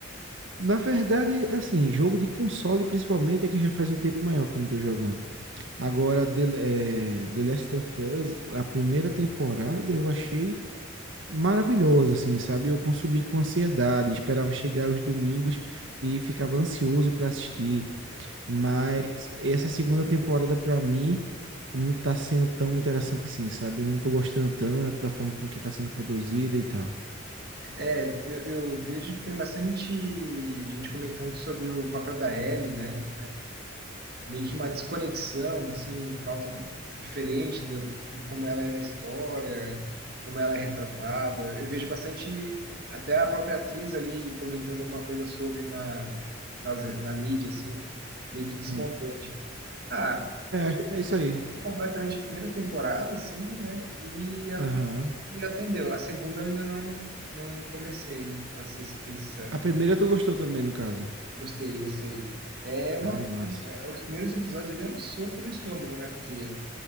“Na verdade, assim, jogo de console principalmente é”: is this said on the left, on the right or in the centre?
Right